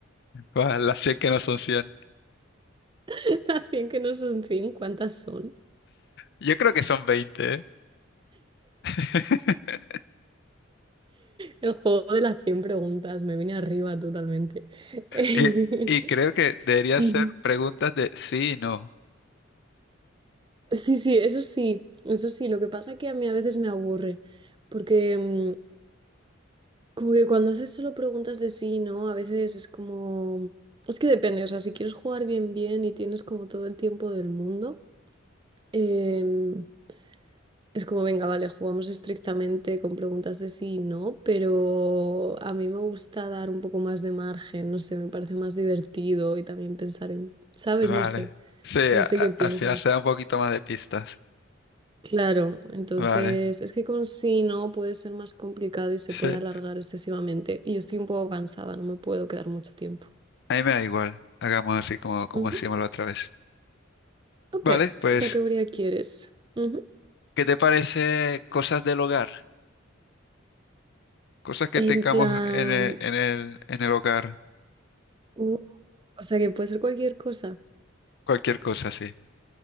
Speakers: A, on the left (about 55°); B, on the right (about 25°).
A: Guau, las 100 que no son 100.
B: <laughs> Las 100 que no son cien ¿cuántas son?
A: Yo creo que son 20, ¿eh? <laughs>
B: El juego de las 100 preguntas, me vine arriba totalmente. <laughs>
A: Y, y creo que debería
B: Ujú.
A: ser preguntas de sí y no.
B: Sí, sí, eso sí, eso sí, lo que pasa es que a mí a veces me aburre, porque mm, Como que cuando haces solo preguntas de sí, ¿no? A veces es como... Es que depende, o sea, si quieres jugar bien, bien y tienes como todo el tiempo del mundo, em, es como, venga, vale, jugamos estrictamente con preguntas de sí, y ¿no? Pero a mí me gusta dar un poco más de margen, no sé, me parece más divertido y también pensar en, ¿sabes?
A: Vale.
B: No sé,
A: Sí,
B: no
A: a-
B: sé
A: a-
B: qué piensas.
A: al final se da un poquito más de pistas.
B: Claro, entonces
A: Vale.
B: es que con sí, no puede ser más complicado y se
A: Sí.
B: puede alargar
A: Ah,
B: excesivamente. Y yo estoy un poco cansada, no me puedo quedar mucho tiempo.
A: A mí me da igual. Hagamos así como, como
B: Ujú.
A: hacíamos la otra vez.
B: Ok,
A: Vale, pues,
B: ¿qué categoría quieres? Ujú.
A: ¿qué te parece cosas del hogar? Cosas que
B: En
A: tengamos
B: plan,
A: en el, en el, en el hogar.
B: uh, o sea que puede ser cualquier cosa.
A: Cualquier cosa, sí.